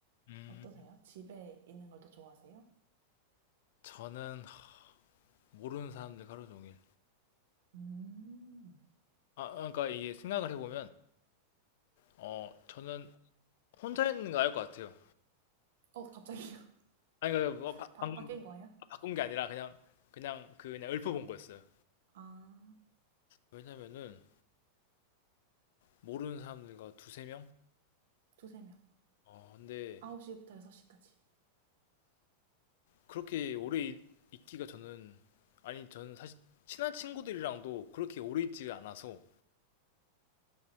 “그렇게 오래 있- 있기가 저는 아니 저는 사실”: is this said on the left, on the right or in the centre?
Left